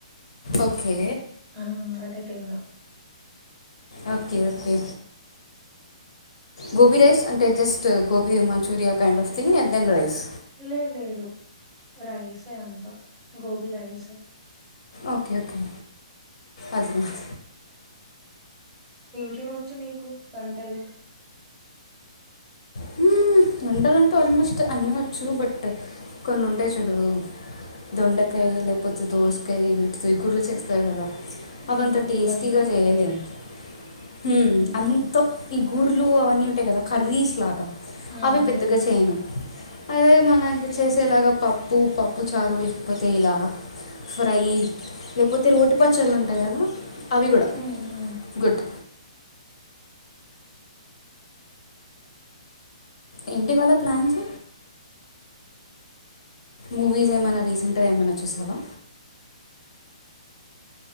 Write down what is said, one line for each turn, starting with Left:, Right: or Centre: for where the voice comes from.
Left: ఓకే
Centre: ఆ అదే తిన్న
Left: ఓకే ఓకే గోబీ రైస్ అంటే జస్ట్ గోబీ మన్ Manchuria kind of thing and then rice
Centre: లే లేదు రైసే అంత గోబీ రైసే
Left: ఓకే ఓకే అది <inaudible>
Centre: ఇంకేం వచ్చు నీకు వంటలు
Left: హ్మ్మ్ వంటలంటే ఆల్మోస్ట్ అన్నీ వచ్చు బట్ కొన్ని ఉంటాయి చూడు దొండకాయ్ లేకపోతే దోసకాయ్ వీటితో ఇగుర్లు చేస్తారు కదా అవంతా
Centre: ఉమ్ ఉప్పుకాయనా
Left: టేస్టీగా చేయలేను హ్మ్మ్
Centre: ఉహు
Left: అంతో ఇగుర్లు అవన్నీ ఉంటాయి కదా కర్రీ
Centre: ఉమ్
Left: అవి పెద్దగా
Centre: ఉమ్
Left: చేయను అదే మన చేసేలాగా పప్పు, పప్పు చారు లేకపోతే ఇలా ఫ్రై లేకపోతే రోటి పచ్చళ్ళు ఉంటాయి కదా అవి కూడా
Centre: ఉమ్ ఉమ్
Left: గుడ్ ఏంటి ఇవాళ ప్లాన్స్ మూవీస్ ఏమైనా రీసెంట్గా ఏమైనా చూసావా